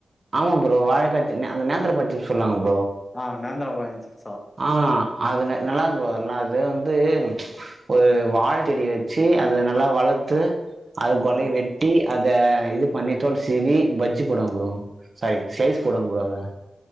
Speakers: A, on the right; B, on the left.
A: ஆமா ப்ரோ வாழைக்க அந்த நேந்திரம் பழ சிப்ஸ் சொல்லாங்க ப்ரோ.
B: ஆஹ நேந்திரா பழ சிப்ஸ்
A: ஆஹ் அதுன நல்லா இருக்கும் ஃபுரோ அது வந்து ஒரு வாழ தெடி வச்சு அதை நல்லா வளர்த்து அது கொலைைய
B: ஆ
A: வெட்டி அத இது பண்ணித் தோள் சீவி பஜ்ஜு போடுவாங்க ஃபுரோ சாரி ஸ்லைஸ் போடுவாங்க அதல